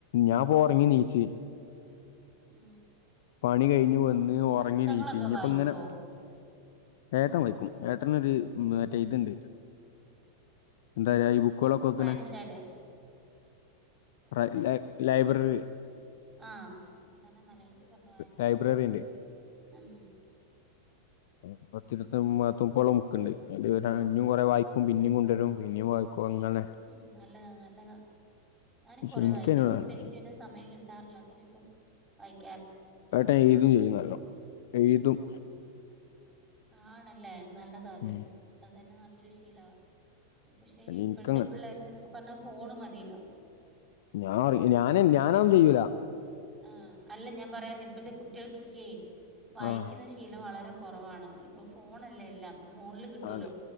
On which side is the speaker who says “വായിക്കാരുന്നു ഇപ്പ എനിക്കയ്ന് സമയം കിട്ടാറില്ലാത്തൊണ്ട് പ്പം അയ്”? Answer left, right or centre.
Centre